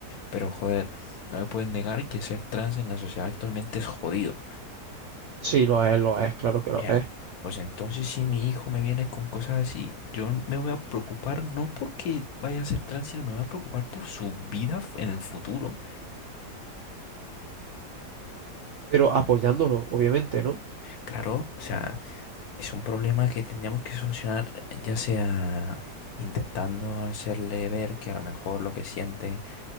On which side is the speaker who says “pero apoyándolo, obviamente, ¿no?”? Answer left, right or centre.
Right